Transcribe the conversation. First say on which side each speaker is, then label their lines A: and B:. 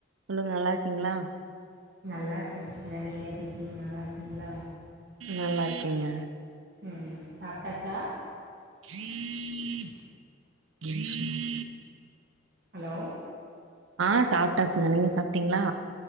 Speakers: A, on the right; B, on the right.
A: சொல்லுங்க நல்லாருக்கீங்ளா
B: நல்லா இருக்கேன் சிஸ்டர் நீங்க எப்டி இருக்கீங்க நல்லாருக்கீங்ளா
A: நல்லாருக்கேங்க
B: ம் சாப்டாச்சா
A: <inaudible>
B: ஹலோ
A: ஆ சாப்ட்டாச்சுங்க நீங்க சாப்ட்டீங்ளா